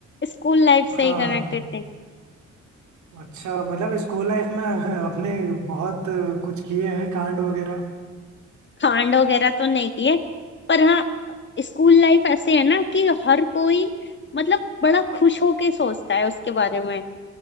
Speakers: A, on the left; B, on the right.
A: स्कूल लाइफ से
B: हाँ
A: ही कनेक्टेड थी
B: अच्छा मतलब स्कूल लाइफ में <laughs> आपने बहुत कुछ किए हैं कांड वगैरह
A: कांड वगैरह तो नहीं किए पर हाँ स्कूल लाइफ ऐसे है ना कि हर कोई मतलब बड़ा खुश होके सोचता है उसके बारे में